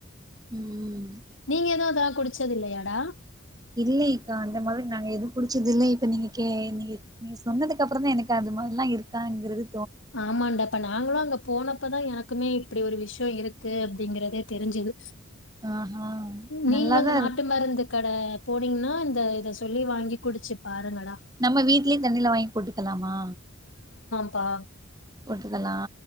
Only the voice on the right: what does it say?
ம்
இல்லயெக்கா அந்த மாதிரி நாங்க எது குடிச்சதுல்லை இப்ப நீங்க கே நீங்க நீங்க சொன்னதுக்கப்றந்தா எனக்கு அது மாரிலா இருக்காங்குறது
ஆஹா
நல்லாதா
இருக்கு
நம்ம வீட்லயு தண்ணில வாங்கி போட்டுக்கலாமா
போட்டுக்கலா